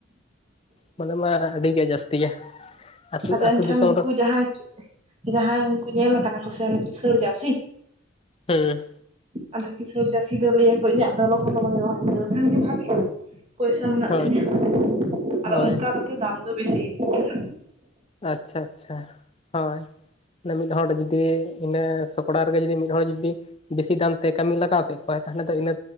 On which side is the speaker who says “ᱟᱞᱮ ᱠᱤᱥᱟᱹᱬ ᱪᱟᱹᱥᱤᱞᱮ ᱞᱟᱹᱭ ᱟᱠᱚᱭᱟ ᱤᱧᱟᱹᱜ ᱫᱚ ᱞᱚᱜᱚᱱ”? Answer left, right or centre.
Right